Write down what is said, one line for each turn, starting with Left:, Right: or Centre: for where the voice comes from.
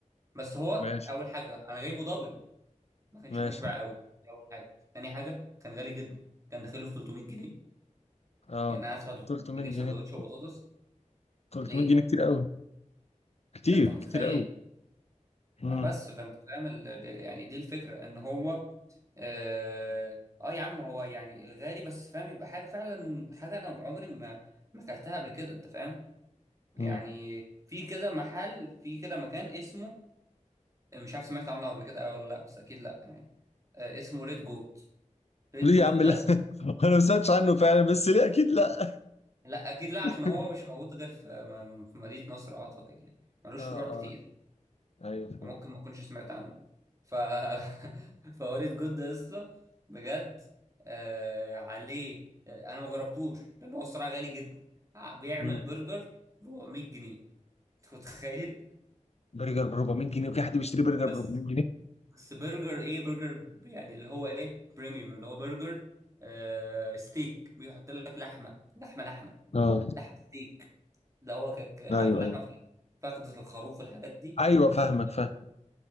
Right: بس هو
Left: ماشي
Right: أول حاجة أنا جايبه دبل ما كانش
Left: ماشي
Right: مشبع قوي دي أول حاجة تاني حاجة كان غالي جدا كان داخله في 300 جنيه
Left: اه
Right: يعني أنا هدفع 300
Left: 300
Right: جنيه
Left: جنيه
Right: في ساندوتش وبطاطس
Left: 300
Right: ليه؟
Left: جنيه كتير قوي كتير
Right: أنت متخيل؟
Left: كتير قوي امم
Right: فبس فانت فاهم ال- ال- يعني دي الفكره ان هو اه آه يا عم هو يعني الغالي بس فاهم يبقى حاجه فعلا حاجه انا عمري ما ما اكلتها قبل كده انت فاهم يعني
Left: أمم.
Right: في كده محل في كده مكان اسمه مش عارف سمعت عنه قبل كده ولا لا بس اكيد لا يعني آه اسمه ريد جوت ريد
Left: ليه
Right: جوت
Left: يا عم
Right: ده
Left: لا <laughs> انا ما سمعتش عنه فعلا بس ليه اكيد لا
Right: لا اكيد لا عشان
Left: <laughs>
Right: هو مش موجود غير في م- في مدينه نصر اعتقد يعني ملوش
Left: اه
Right: فروع كتير
Left: اه ايوه فهمت
Right: وممكن ما اكونش سمعت عنه ف <laughs> فوريد جود ده لسه بجد آه عليه آه انا ما جربتوش لان هو الصراحه غالي جدا ع- بيعمل
Left: أمم.
Right: برجر ب 400 جنيه انت متخيل
Left: برجر ب 400 جنيه وفي حد بيشتري برجر
Right: بس
Left: ب 400 جنيه
Right: بس برجر ايه برجر ب- يعني اللي هو ايه بريميوم اللي هو برجر آه ستيك بيحط لك لحمه لحمه لحمه
Left: اه
Right: لحمه ستيك اللي هو كك- عارف
Left: ايوه
Right: اللحمه
Left: ايوه
Right: في فخدة الخروف والحاجات دي
Left: ايوه
Right: بيحط
Left: فاهمك فاهم
Right: لك